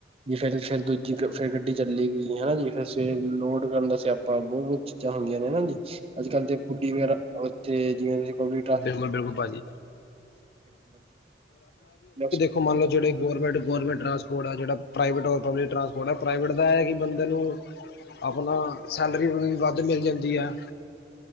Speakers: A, on the right; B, on the left.
A: ਵੀ ਫੇਰ ਫੇਰ ਦੂਜੀ ਫੇਰ ਗੱਡੀ ਚੱਲੀ ਗੀ। ਹੇਨਾ ਜੀ ਫੇਰ ਸਵੇ ਲੋਡ ਕਰਨ ਦਾ ਸਿਆਪਾ ਬੋਤ-ਬੋਤ ਚੀਜ਼ਾਂ ਹੁੰਦੀਆਂ ਨੇ ਹੇਨਾ ਜੀ। ਅੱਜ ਕੱਲ ਤੇ ਫੂਡੀ ਵਗੈਰਾ ਉੱਥੇ ਜਿਵੇਂ ਤੁਸੀਂ ਪਬ
B: ਬਿਲਕੁਲ ਬਿਲਕੁਲ ਭਾਜੀ
A: <unintelligible>
B: ਹੋ ਮੰਨ ਲੋ ਜਿਹੜੇ ਗੌਰਮੈਂਟ-ਗੌਰਮੈਂਟ ਟਰਾਂਸਪੋਰਟ ਆ, ਜਿਹੜਾ ਪ੍ਰਾਈਵੇਟ ਔਰ ਪਬਲਿਕ ਟਰਾਂਪੋਰਟ ਐ ਪ੍ਰਵੇਟ ਦਾ ਹੈ ਕਿ ਬੰਦੇ ਨੂੰ ਆਪਨਾ ਸੈਲਰੀ ਵੀ ਵੱਧ ਮਿਲ ਜਾਂਦੀ ਐ।